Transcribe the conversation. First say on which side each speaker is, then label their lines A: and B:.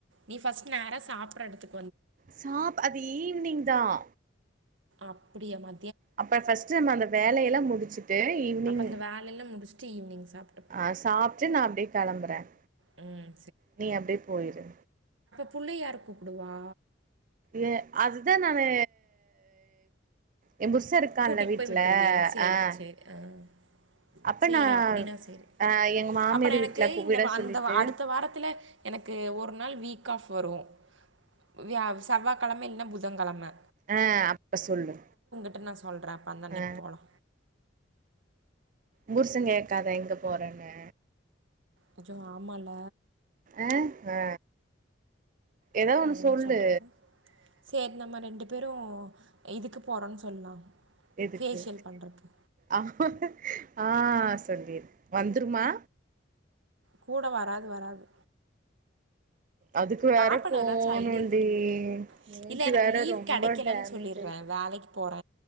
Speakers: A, on the right; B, on the right.
A: நீஃபஸ்ட் நேர சாப்பிடற இடத்துக்
B: சாப் அது ஈவினிங் தான்
A: அப்படிய மா
B: அப்ப ஃபஸ்ட் நம்ம அந்த வேலையெல்லாம் முடிச்சு டு ஈவினிங்
A: அப்போ அந்த வேலையெல்லாம் முடிச்சுட்டு ஈவினிங் சாப்பிட்டுப்போம்
B: ஆஹ சாப்பிட்டு நான் அப்படியே கிளம்புறேன்
A: ம்
B: நீ அப்படியே போயிரு
A: புள்ளையார் கூப்பிடுவா
B: ஏ அதுதான் நானு எ புருச இருக்கான்ல
A: கூட்டிட்டு
B: வீட்ல
A: போய் விட்டுருவியா சேரி
B: ஆ
A: சேரி ஹ்
B: அப்ப
A: சேரி
B: நா
A: அப்படின்னா சேரி
B: ஆ எங்க மாமியார்
A: அப்ப எனக்கு
B: வீட்ல
A: இந்த
B: விட
A: வ
B: சொல்லிட்டு
A: அந்த வ அடுத்த வாரத்துல எனக்கு ஒரு நாள் வீக் ஆப் வரும் வியா செவ்வாய்கிழமை இல்லன்னா புதன்கிழமை
B: ஆஹ் அப்ப சொல்லு
A: <unintelligible> <unintelligible> வந்தன்னைக்
B: ஆ
A: போலா
B: புருச கேக்காத எங்க போறன்னு
A: அச்சோ ஆமால்ல
B: ஆ ஆ ஏதோ ஒன்னு
A: என்ன
B: சொல்லு
A: சொல்றது சேரி நம்ம ரெண்டு பேரு இதுக்கு போறோன்னு சொல்லா
B: எதுக்கு
A: ஃபேஷியல் பண்றக்கு
B: ஆ ஆ சொல்வீர் வந் துருமா
A: கூட வராது வராது
B: அதுக்கு
A: பாப்போனு
B: வேற போணும்டி
A: எதாச்சு ஐடியா <unintelligible>
B: மூஞ்சி
A: இல்ல எனக்கு
B: வேற
A: லீவ்
B: ரொம்ப
A: கெடைக்கலன்
B: டேமேஜ்
A: சொல்லிர்றே
B: ஆயிட்டு
A: வேலைக்கு போற